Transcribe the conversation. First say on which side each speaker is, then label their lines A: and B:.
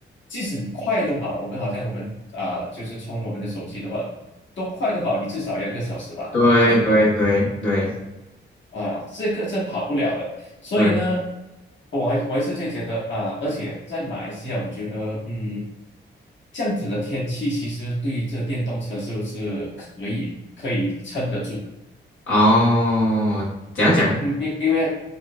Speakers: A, on the left; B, on the left.
A: 即使你快都好，我们好像我们啊、就是充我们的手机的话，都快都好，你至少要一个小时吧。
B: 对对对对
A: 差不多啊，这个这跑不了的。所以呢，
B: 对，
A: 我还我还是就觉得啊，而且在马来西亚，我觉得嗯，这样子的天气其实对这电动车是不是可以可以撑得住？
B: 哦，讲讲，
A: 嗯，因因为